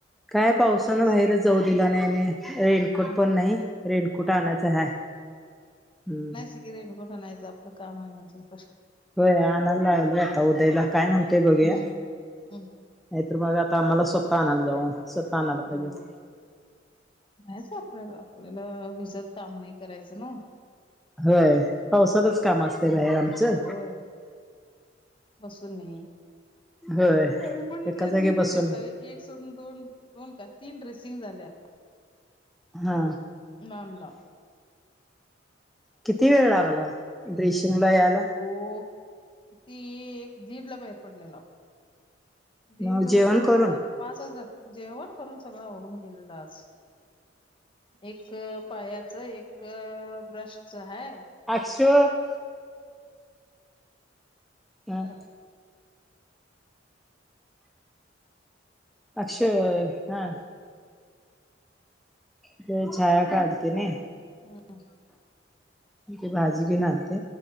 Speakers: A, in the centre; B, on the left (about 30°).
A: काय
B: तुम्ही
A: पावसानं
B: पाऊस
A: बाहेरच जाऊ दिला नने रे कट
B: हम्म,
A: पण नाही रेनकोट आणायच
B: होय
A: ह हम्म
B: ेकचं आपलं काम आहे म्हंटलं तर.
A: हो आणायला लागलो आता उद्याला काय म्हणतोय बघूया.
B: हम्म हम्म,
A: नाही तर मग आता आम्हाला स्वतः आणायला जाऊ. आणायला पाहिजेत
B: हो. नाहीच आपल्याला आपल्याला विजत काम नाही करायचं ना
A: होय पावसातच काम असते बाहेर आमचं.
B: होम बसून नाही
A: होय
B: ह पण
A: एका
B: ड्रेसिंगला
A: जागी बसून
B: गेल. एक सोडून दोन दोन का तीन ड्रेसिंग झाल्या.
A: हा
B: मामला.
A: किती वेळ लागला ब्रिशिंगला यायला.
B: हो त एक झीड ला बाहेर पडलेला. दिवलं
A: मग जेवण
B: पाहिटर
A: करून
B: पाच हजार जेवण करून सगळं होरून गेलेला आज. एक पायाच एक ब्रशच हा.
A: आठश. हम
B: झालं.
A: अक्षय हा. ते छाया काढतेने.
B: हा
A: ते भाजी घेनालते